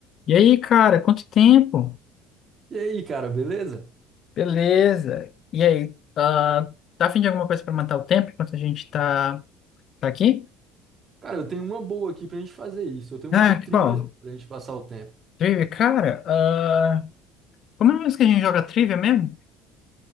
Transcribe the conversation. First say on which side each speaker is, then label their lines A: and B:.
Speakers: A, on the left; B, on the right.
A: E aí, cara, quanto tempo?
B: E aí, cara, beleza?
A: Beleza. E aí, ah, tá a fim de alguma coisa pra matar o tempo enquanto a gente tá, tá aqui?
B: Cara, eu tenho uma boa aqui pra gente fazer isso. Eu tenho
A: Ah,
B: uma trivia
A: qual?
B: pra gente passar o tempo.
A: Trivia, cara, ah, como é mesmo que a gente joga trivia mesmo?